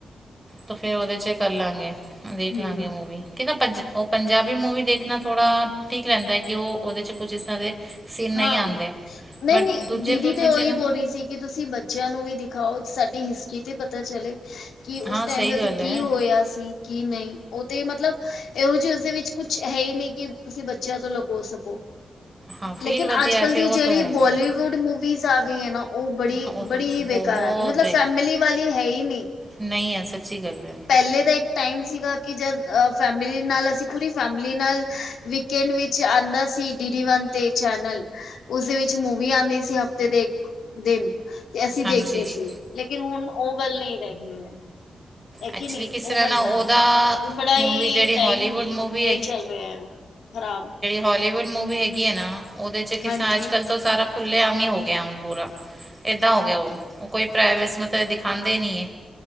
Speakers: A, on the right; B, on the left.
A: ਤੇ ਫੇਰ ਔਦੇ 'ਚ ਕਰ ਲਾਂਗੇ। ਦੇਖ
B: ਹਮ
A: ਲਾਂਗੇ ਓ ਮੂਵੀ, ਕਿਦਾ ਪੰਜ ਓ ਪੰਜਾਬ ਵੀ ਮੂਵੀ ਦੇਖਣਾ ਥੋੜਾ ਠੀਕ ਰਹਿੰਦਾ ਐ, ਕਿ ਓ ਓਦੇ ਚ ਕੁੱਜ ਇਸ ਤਰ੍ਹਾਂ ਦੇ ਸੀਨ ਨਹੀਂ
B: ਹਾਂ,
A: ਆਉਂਦੇ
B: ਨਈ
A: ਬਟ
B: ਨਈ
A: ਦੂਜੇ
B: ਦੀਦੀ
A: ਫਿਲਮ
B: ਓਈ
A: 'ਚ ਨਾ
B: ਬੋਲ ਰਹੀ ਸੀ। ਕਿ ਤੁਸੀ ਬੱਚੇਆਂ ਨੂੰ ਵੀ ਦਿਖਾਓ, ਸਾਡੀ ਹਿਸਟਰੀ ਤੇ ਪਤਾ ਚਲੇ। ਕਿ ਉਸ
A: ਹਾਂ
B: ਟਾਈਮ
A: ਸਹੀ
B: ਦੇ ਉਤੇ
A: ਗੱਲ
B: ਕੀ
A: ਹੈ
B: ਹੋਇਆ ਸੀ ਕੀ ਨਹੀਂ, ਓ ਤੇ ਮਤਲਬ ਇਹੋ ਜਿਹਾ ਉਸਦੇ ਵਿੱਚ ਕੁਛ ਹੈ ਹੀ ਨੀ, ਕਿ ਤੁਸੀ ਬੱਚੇਆਂ ਤੋਂ ਲਕੋ ਸਕੋ।
A: ਹਾਂ ਫਿਰ
B: ਲੇਕਿਨ
A: ਵਧੀਆ
B: ਅੱਜ
A: ਹੈ
B: ਕੱਲ
A: ਫਿਰ
B: ਦੀ
A: ਉਹ
B: ਜੇੜੀ
A: ਤਾਂ ਹੈ
B: ਬੋਲੀਵੁੱਡ
A: ਕਿ
B: ਮੂਵੀਜ਼ ਆ ਗਈ ਐ ਨਾ ਓ ਬੜੀ
A: ਉਹ ਤਾਂ
B: ਬੜੀ ਹੀ
A: ਬਹੁਤ
B: ਬੇਕਾਰ ਆ ਗਈ, ਮਤਲਬ ਫੈਮਿਲੀ ਵਾਲੀ ਹੈ ਈ ਨੀ।
A: ਨਈ ਹੈ ਸੱਚੀ ਗੱਲ ਐ।
B: ਪਹਿਲੇ ਦਾ ਇੱਕ ਟਾਈਮ ਸੀਗਾ ਕਿ, ਜਦ ਫੈਮਲੀ ਨਾਲ ਅਸੀ ਪੂਰੀ ਫੈਮਲੀ ਨਾਲ ਵੀਕਂਡ ਵਿੱਚ ਆਂਦਾ ਸੀ ਡੀ ਡੀ ਵਨ ਤੇ ਚੈਨਲ ਉਸਦੇ ਵਿੱਚ ਮੂਵੀ ਆਂਦੀ ਸੀ ਹਫ਼ਤੇ ਦੇ ਏਕ ਦਿਨ ਤੇ ਅਸੀ
A: ਹਾਂਜੀ
B: ਦੇਖਦੇ ਸੀ। ਲੇਕਿਨ ਹੁਣ ਓ ਗੱਲ ਨਈ ਰਹਿ ਗਈ। ਹੈ
A: ਐਕਚੁਲੀ
B: ਕੀ ਨੀ,
A: ਕਿਸ
B: ਓ
A: ਤਰ੍ਹਾਂ
B: ਗੱਲ
A: ਉਹਦਾ
B: ਨਾ ਐ, ਬੜਾ
A: ਮੂਵੀ
B: ਈ
A: ਜਿਹੜੀ
B: ਟਾਈਮ
A: ਹਾਲੀਵੁੱਡ ਮੂਵੀ
B: ਏ ਚੱਲ ਰਿਹਾ ਐ। ਖਰਾਬ।
A: ਹੋਲੀਵੁੱਡ ਮੂਵੀ ਹੈਗੀ ਐ ਨਾ, ਓਦੇ 'ਚ ਕਿਸਰਾ
B: ਹਾਂਜੀ
A: ਅੱਜ ਕੱਲ੍ਹ ਤਾਂ ਸਾਰਾ ਖੁੱਲੇ ਆਮ ਈ ਹੋ ਗਿਆ ਹੁਣ ਪੂਰਾ। ਏਦਾਂ ਹੋ ਗਿਆ ਓ, ਓਹ ਕੋਈ ਪ੍ਰਾਈਵੇਸ ਮਤਲਬ ਦਿਖਾਦੇ ਈ ਨੀ ਏ,